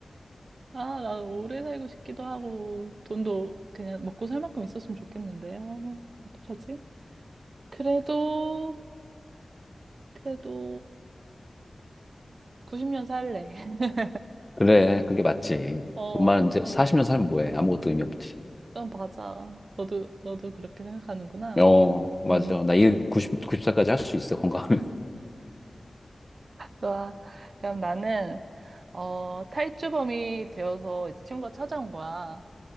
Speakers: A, on the right (about 70°); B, on the left (about 15°).
A: 아, 나 오래 살고 싶기도 하고, 돈도 그냥 먹고 살 만큼 있었으면 좋겠는데. 아, 어떡하지? 그래도, 그래도 90년 살래. <laughs>
B: 그래. 그게 맞지.
A: 어,
B: 돈 많은 재, 40년 살면 뭐해. 아무것도 의미 없지.
A: 그럼 맞아. 너도, 너도 그렇게 생각하는구나.
B: 어, 맞아.
A: 음,
B: 나 일 90, 구십 살까지 할 수 있어. 건강하면.
A: 좋아. 그럼 나는, 어, 탈주범이 되어서 이제 친구가 찾아온 거야.